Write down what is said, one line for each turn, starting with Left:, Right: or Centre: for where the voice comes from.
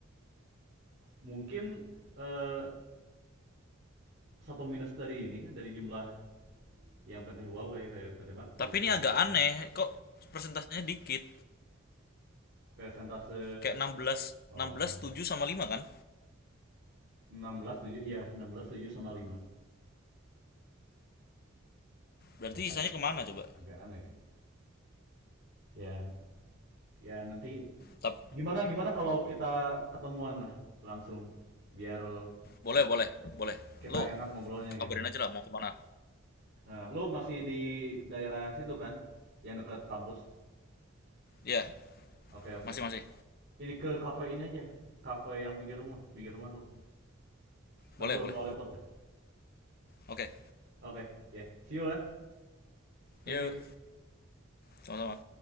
Right: Mungkin eh, satu minus dari ini dari jumlah yang PT Huawei, PT Bakri,
Left: tapi
Right: PT
Left: ini agak
Right: Biafo.
Left: aneh kok persentasenya dikit
Right: Persentase
Left: kayak enam belas
Right: oh
Left: enam belas tujuh sama 5 kan
Right: 16 7 iya 16 7 sama lima
Left: Berarti
Right: Agak
Left: sisanya kemana coba?
Right: agak aneh sih. Ya, ya nanti
Left: Tap.
Right: gimana gimana kalau kita ketemuan lah langsung biar
Left: Boleh, boleh, boleh.
Right: kita
Left: Lo
Right: enak ngobrolnya
Left: kabarin
Right: gitu.
Left: aja lah mau kemana.
Right: Nah, lu masih di daerah situ kan? Yang dekat kampus.
Left: Iya,
Right: Oke, oke.
Left: masih masih.
Right: Ini ke kafe ini aja. Kafe yang pinggir rumah, pinggir rumah lu. Ntar
Left: Boleh,
Right: gue
Left: boleh.
Right: bawa laptop deh.
Left: Oke.
Right: Oke, ya. See you lah. Thank
Left: Yuk,
Right: you.
Left: sama-sama.